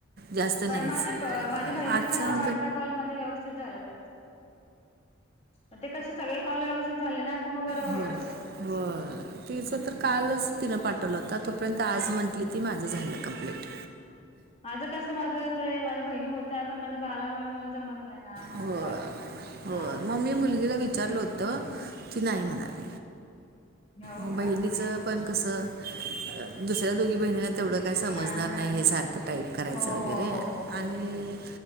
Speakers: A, on the right; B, on the left.
A: जास्त नाहीच
B: पण माझे माझ्या बहिणीचे
A: पाच
B: पण
A: सहा
B: अहो अठरा कॉलमध्ये व्यवस्थित झालं त्यांचा पण ते कसं सगळे कॉल व्यवस्थित झाले ना तर मग बरोबर
A: हो
B: होतात तसे
A: हो तिचं
B: हंम.
A: तर कालच तिनं पाठवलं होता तोपर्यंत आज म्हंटली ती माझं झालं कंप्लेट.
B: माझं कसं माझं माझ्या बहिणी होत्या पण माझ्या बालामुळे मला जमतलंय नाय ना लहान आहे
A: हो
B: ना बाळ
A: हो
B: हा.
A: मग मी मुलगीला विचारलं होत ती नाही म्हणाली.
B: हो
A: मग
B: का
A: बहिणीचं
B: हा
A: पण कसं दुसऱ्या दोघी बहिणी तेवढं काही समजणार
B: हा हा
A: नाही हे सारखं टाईप करायचं
B: हो
A: वगैरे
B: हो हो हो
A: आणि